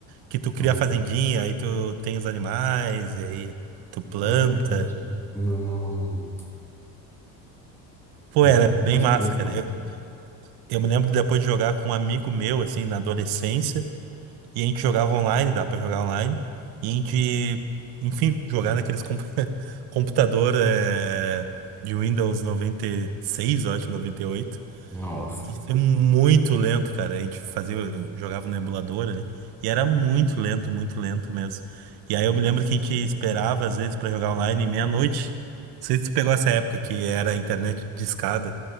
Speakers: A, on the right (about 60°); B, in the centre.
A: que tu cria
B: não.
A: a fazendinha, aí tu tem os animais, e aí tu planta.
B: É, gente, não, não, não
A: Pô,
B: sei.
A: era
B: Nunca
A: bem
B: joguei,
A: massa,
B: não.
A: cara. Eu, eu me lembro depois de jogar com um amigo meu, assim, na adolescência. E a gente jogava online, dá pra jogar online. E a gente, enfim, <laughs> jogar naqueles comp- <laughs> computador eh, de Windows 96 eu acho, noventa e oito
B: Nossa.
A: Isso é muito lento, cara. A gente fazia, jogava no emulador ali. E era muito lento, muito lento mesmo. E aí eu me lembro que a gente esperava, às vezes, pra jogar online meia-noite. Não sei se tu pegou essa época que era a internet discada.